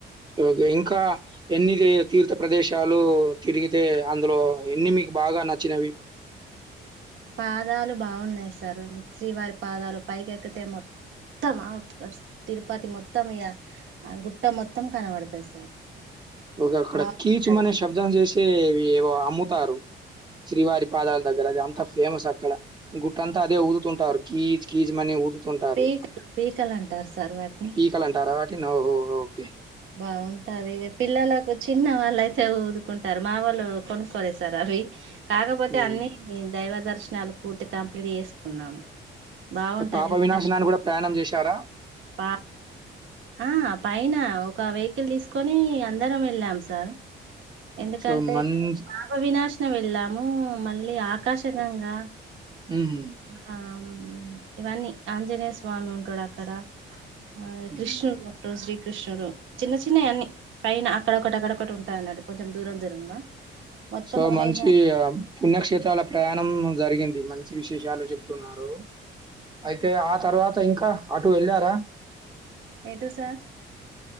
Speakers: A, on the right; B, on the right.
A: ఓకే ఇంకా ఎన్ని తీర్థ ప్రదేశాలు తిరిగితే అందులో ఎన్ని మీ కు బాగా నచ్చినవి
B: పాదాలు బాగున్నాయి సార్ శ్రీవారి పాదాలు పైకెక్కితే మొ త్తం తిరుపతి మొత్తం ఇగ గుట్ట మొత్తం కనబడుతది సార్
A: ఒక అక్కడ
B: బాగుంటది
A: కీచుమనే శబ్దం చేసేవివో అమ్ముతారు శ్రీవారి పాదాల దగ్గర అది అంతా ఫేమస్ అక్కడ గుట్టంతా అదే ఊదుతుంటారు కీజ్ కీజ్ మనీ ఊదు తుంటారు
B: పీకలు పీకలు అంటారు సార్ వాటిని
A: పీకలు అంటారా వాటిని ఓహో ఓకే
B: బాగుంటది పిల్లలకు చిన్న వాళ్ళయితే ఊదుకుంటారు మా వాళ్ళు కొనుక్కోలేసారు యి కాకపోతే
A: హ్మ్.
B: అన్ని దైవ దర్శనాలు పూర్తి కంప్లీట్ చేసుకున్నాము బాగుంటది
A: పాప
B: ఎందుకంటే
A: వినాశనాన్ని కూడా ప్రయాణం చేశారా
B: పా ఆ పైన ఒక వెహికల్ తీసుకు కొని అందరం వెళ్ళాం సార్ ఎందుకంటే
A: సో, మంచి
B: పాప వినాశనం వెళ్ళాము మళ్ళీ ఆకాశంగా
A: హుహు.
B: ఇంకా ఇవన్నీ ఆంజనేయ స్వామి ఉంటాడు అక్కడ అదే
A: హ్మ్.
B: కృష్ణుడు ఉంటడు శ్రీ కృష్ణుడు చిన్న చిన్నయి అన్నీ పైన అక్కడొకటి అక్కడ ఒకటి ఉంటాయి అన్నట్టు కొంచెం దూరం దూరంగా మొత్తం
A: సో
B: ఒకటేసారి
A: మంచి ఆ పుణ్యక్షేత్రాల ప్రయాణం జరిగింది మంచి విశేషాలు చెప్తున్నారు అయితే ఆ తర్వాత ఇంకా అటు వెళ్ళారా
B: ఎటు సార్